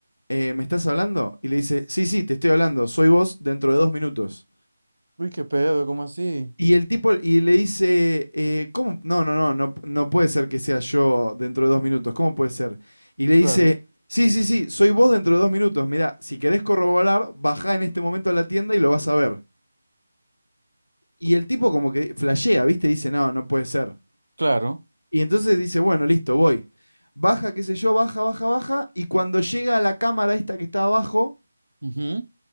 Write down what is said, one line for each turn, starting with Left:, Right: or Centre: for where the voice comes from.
Left: "Eh, ¿me estás hablando? Y le dice, sí, sí, te estoy hablando, soy vos dentro de dos minutos.
Right: Uy, qué pedo, ¿cómo así?
Left: Y el tipo, y le dice, eh, ¿cómo? No, no, no, no, no puede ser que sea yo dentro de dos minutos, ¿cómo puede ser? Y le
Right: Claro,
Left: dice, sí, sí, sí, soy vos dentro de dos minutos, mirá, si querés corroborar, bajá en este momento a la tienda y lo vas a ver. Y el tipo como que flashea, ¿viste? Dice, no, no puede ser.
Right: claro.
Left: Y entonces dice, bueno, listo, voy. Baja, qué sé yo, baja, baja, baja, y cuando llega a la cámara esta que está abajo,
Right: ujú.